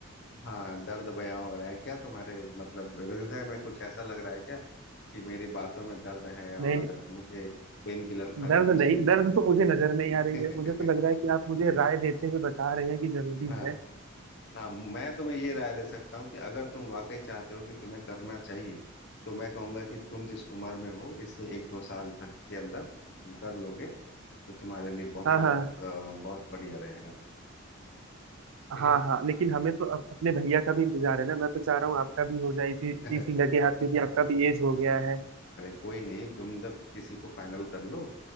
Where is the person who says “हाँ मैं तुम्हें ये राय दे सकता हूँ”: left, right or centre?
Left